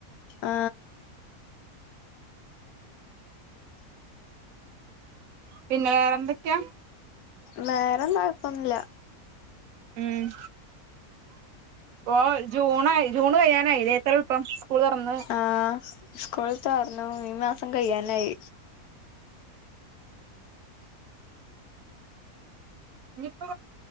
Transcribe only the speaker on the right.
പിന്നെേറെ ന്തൊക്കെയാ
ഉം ഓ ജൂണായി ജൂണ് കയ്യാനായിലെ എത്ര എള്പ്പം സ്കൂൾ തോറ്ന്ന്
നിയിപ്പോ